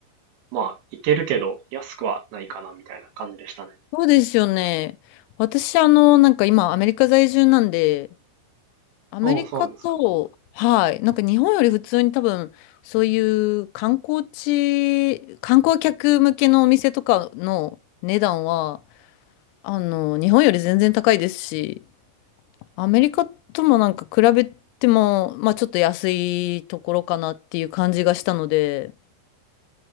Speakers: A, on the right; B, on the left.
A: まあいけるけど安くはないかなみたいな感じでしたね。
B: そうですよね。私、あの、なんか今、アメリカ在住なんで、アメリカと、
A: そうそうなんですか。
B: はい、なんか日本より普通に多分、そういう観光地、観光客向けのお店とかの値段は、あの、日本より全然高いですし、アメリカともなんか比べても、まあちょっと安いところかなっていう感じがしたので、